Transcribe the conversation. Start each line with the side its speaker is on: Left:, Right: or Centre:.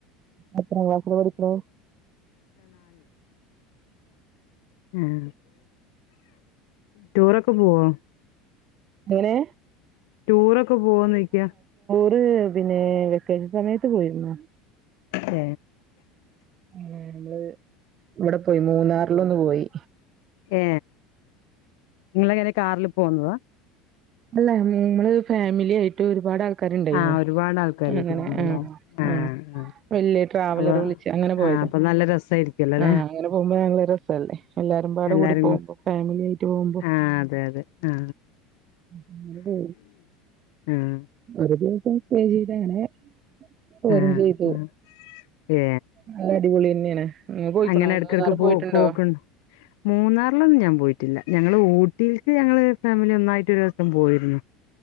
Right: എത്ര ക്ലാസ്സ പഠിക്കണ
Left: ഉം ടൂറൊക്കെ പോവ
Right: എങ്ങനെ
Left: ടൂറൊക്കെ പോവന്ന്ക്കാ
Right: അ പിന്നെ വെക്കേഷൻ സമയത്ത് പോയിുന്ന
Left: ഹ
Right: നമ്മള് ഇവിടെ പോയി മൂന്നാറിലൊന്ന്ു പോയി
Left: ഏ നിങ്ങള എങ്ങനെ കാറിൽ പോന്നതാ
Right: അല്ല നമ്മള് ഫാമിലി ആയിട്ട് ഒരുപാട് ആ ആക്കാരുണ്ടായിുന്നോ
Left: ആഹ് ഒരുപാട് ആൾക്കാരായിട്ട്
Right: അങ്ങനെ
Left: പോന്നതാല്ലേ
Right: ആ
Left: ആഹ്
Right: ആ വലിയ ട്രാവലർ
Left: അപ്പൊ
Right: വിളിച്ച് അങ്ങനെ പോയത
Left: ആ അപ്പൊ നല്ല രസായിരിക്കല്ലോ അല്ലെ
Right: ആഹ അങ്ങനെ പോകുമ്പോ ഞങ്ങള് രസല്ലേ എല്ലരും നമ്പാട്
Left: എല്ലാരും
Right: കൂടി പോകുമ്പോ
Left: കൂ
Right: ഫാമിലി ആയിട്ട് പോകുമ്പോ
Left: ആ അതെ അതെ ആ
Right: അങ്ങനെ പോ
Left: ആ
Right: ഒരു ദിവസംറ്റേ ചെയ അങ്ങനെ പോരും
Left: ആ
Right: ചെയ്തു
Left: ഏ
Right: നല്ല അടിപൊളി തന്നെയാണ് നിങ്ങള് പോയിക്കണോ
Left: അങ്ങനെ ഇടക്കിടക്ക്
Right: മൂന്നാറ്
Left: പോ
Right: പോയിട്ടുണ്ടോ
Left: പോക്ക മൂന്നാറിലൊന്നും ഞാൻ പോയിട്ടു പറ്റില്ല ഞങ്ങള് ഊട്ടിക്ക് ഞങ്ങള് ഫാമിലി ഒന്നായിട്ട് ഒരു ദിവസം പോയിരുന്നു